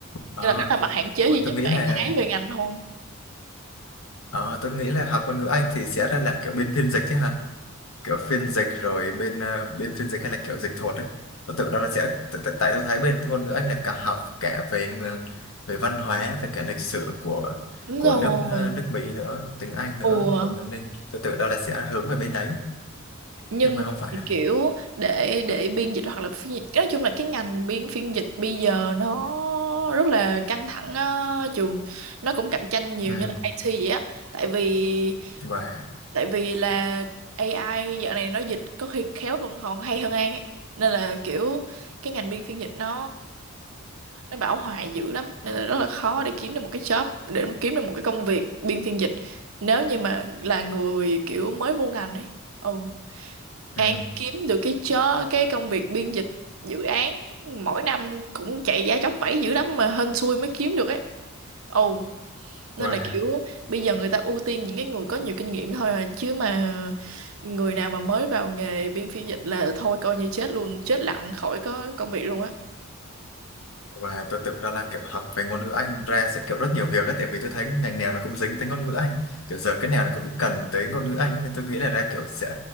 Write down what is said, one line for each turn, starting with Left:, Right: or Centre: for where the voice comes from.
Left: à
Right: nên là đó là mặt hạn chế
Left: ôi
Right: duy nhất
Left: tôi nghĩ
Right: mà
Left: là
Right: An thấy về ngành thôi
Left: Ờ, tôi nghĩ là học ngôn ngữ Anh thì sẽ ra làm kiểu bên phiên dịch chứ ha kiểu phiên dịch rồi bên ờ, bên phiên dịch hay là kiểu dịch thuật ấy tôi tưởng đó là sẽ tại tại- tại tôi thấy bên ngôn ngữ Anh là cả học cả về ng- về văn hóa về cả lịch sử của
Right: đúng
Left: của
Right: rồi
Left: nước ờ, nước Mỹ nữa tiếng Anh nữa
Right: ủa
Left: ừ, nên tôi tưởng đó là sẽ hướng về bên đấy
Right: nhưng
Left: nhưng mà
Right: mà
Left: không phải
Right: thì
Left: ha
Right: kiểu để để biên dịch hoặc là phiên dịch nói chung là cái ngành biên phiên dịch bây giờ nó rất là căng thẳng á, trường nó cũng cạnh tranh nhiều
Left: ừ.
Right: như là IT vậy á tại vì
Left: và
Right: tại vì là AI dạo này nó dịch có khi khéo còn còn hay hơn An ấy. nên là kiểu cái ngành biên phiên dịch nó nó bão hòa dữ lắm nên là rất là khó để kiếm được một cái job để kiếm được một cái công việc biên phiên dịch nếu như mà là người kiểu mới vô ngành ấy ừ
Left: ừ.
Right: An kiếm được cái job cái công việc biên dịch dự án mỗi năm cũng chạy giá chóc vẫy dữ lắm mà hên xui mới kiếm được ấy ồ nên
Left: và
Right: là kiểu bây giờ người ta ưu tiên những cái người có nhiều kinh nghiệm thôi à chứ mà người nào mà mới vào nghề biên phiên dịch là thôi coi như chết luôn chết lặng khỏi có công việc luôn á
Left: Và tôi tưởng đó là kiểu học về ngôn ngữ Anh ra sẽ kiểu rất nhiều việc ấy, tại vì tôi thấy ngành nào nó cũng dính tới ngôn ngữ Anh. Kiểu giờ cái nào nó cũng cần tới ngôn ngữ Anh ấy, nên tôi nghĩ là ra kiểu sẽ